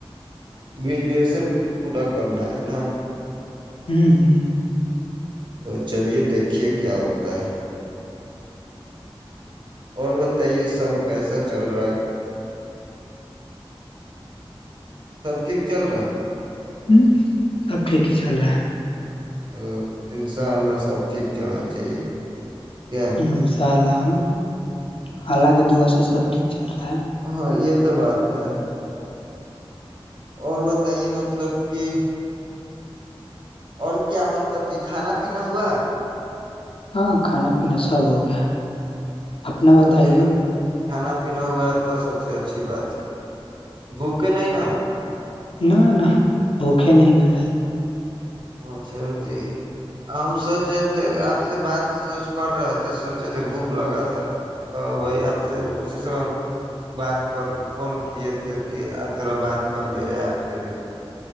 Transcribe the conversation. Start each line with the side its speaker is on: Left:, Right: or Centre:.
Right: گریجویشن پورا کرنا ہے نا
Left: ہوں ہوں
Right: ا چلیے دیکے کیا ہوتا ہے؟ اور بتائیے سب کیسا چل رہا سب ٹھیک چل رہا
Left: ہوں سب ٹھیک ہی چل رہا ہے
Right: ا انشاء اللہ سب ٹھیک چلنا چاہیے کیا
Left: ہسال ہمم <inaudible> حالانکہ دعا سے سب ٹھیک چل رہا ہے
Right: ہاں یہ تو بات ہے اور بتائیے مطلب کہ اور کیا مطلب کہ کھانا پینا ہوا
Left: ہاں کھانا پینا سب ہو گیا اپنا
Right: چلیے
Left: بتائیے
Right: تو کھانا پینا ہوا ہے تو سب سے اچھی بات ہے بھوکے نہیں نا
Left: نہ نہ بھوکے نہیں نہ رہ
Right: اچھا رک جئی ہم سوچے تھے کہ آپ سے بات سوچ کر رہے تھے سوچے تھے بھوک لگا تھا وہی آپ سے اسی سے بات کر فون کیے تھے کہ تھوڑا بات کر لیا جائے آپ سے بھی